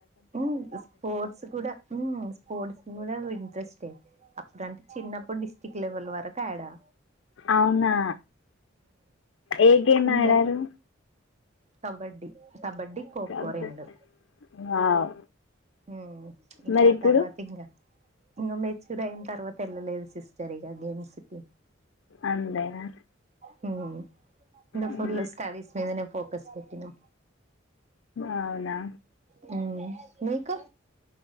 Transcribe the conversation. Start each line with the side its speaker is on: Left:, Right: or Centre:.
Right: ఊ స్పోర్ట్స్ కూడా ఊ స్పోర్ట్స్ గూడా వింట్రెస్ట్ తే అప్పుడాంటే చిన్నప్పుడిస్ చిక్ లెవల్ వరకు ఆడా
Left: అవునా ఏ గేం
Right: ఇంకా
Left: ఆడారు
Right: కబడ్డీ కబడ్డీ, కొక్కో
Left: కబడ్డీ
Right: రెండు
Left: వావ్
Right: హ్మ ఇంకా
Left: మరి ఇప్పుడు
Right: తర్వాత ఇంగా ఇంగా మెచ్యూర్ అయిన తర్వాత్ తెళ్లలేదు సిస్టర్ ఇగ గేమ్స్ కి
Left: అంతేనా
Right: హ్మ ఇంగ
Left: ఉమ్.
Right: ఫుల్ స్టడీస్ మీదనే ఫోకస్ పెట్టినం
Left: అవునా
Right: హ్మ మీకు